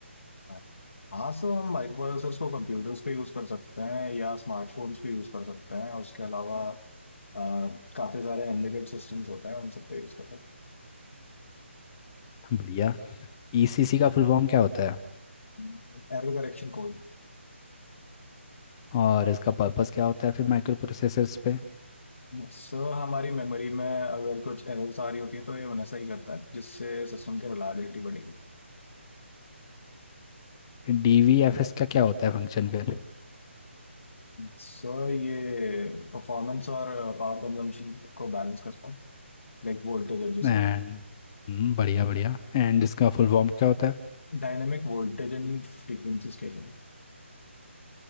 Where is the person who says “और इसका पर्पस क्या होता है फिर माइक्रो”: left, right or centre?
Left